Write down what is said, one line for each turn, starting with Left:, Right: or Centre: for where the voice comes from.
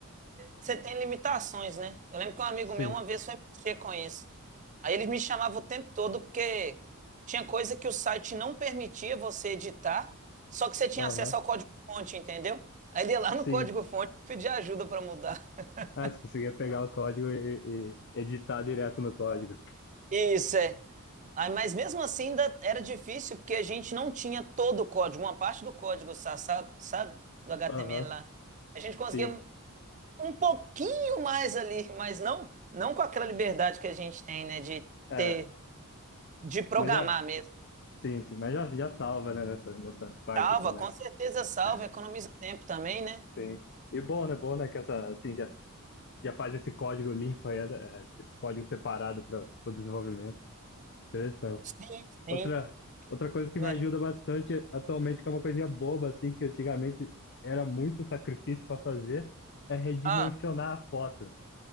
Right: Você tem limitações, né? Eu lembro que um amigo
Left: Sim,
Right: meu uma vez foi mexer com isso. Aí ele me chamava o tempo todo porque tinha coisa que o site não permitia você editar, só que você tinha
Left: aham,
Right: acesso ao código-fonte, entendeu? Aí ele ia lá
Left: sim.
Right: no código-fonte e pedia ajuda para mudar. <laughs>
Left: Ah, se conseguir pegar o código e, e editar direto no código.
Right: Isso é. Aí, mas mesmo assim ainda era difícil porque a gente não tinha todo o código, uma parte do código, sa- sa- sabe? Do HTML
Left: Aham,
Right: lá. A gente conseguia.
Left: sim.
Right: um pouquinho mais ali, mas não, não com aquela liberdade que a gente tem, né, de
Left: É,
Right: ter, de programar
Left: mas já,
Right: mesmo.
Left: sim, sim, mas já, já salva, né, nessa, nessa parte,
Right: Salva,
Left: assim, mas,
Right: com certeza salva,
Left: é,
Right: economiza tempo também, né?
Left: sim. E bom, né, bom, né, que essa, assim, já já faz esse código limpo aí, né? é, esse código separado para o desenvolvimento. Interessante.
Right: Sim, sim.
Left: Outra, outra coisa que
Right: Melhor.
Left: me ajuda bastante atualmente, que é uma coisinha boba, assim, que antigamente era muito sacrifício para fazer, é redimensionar
Right: Ah,
Left: a foto.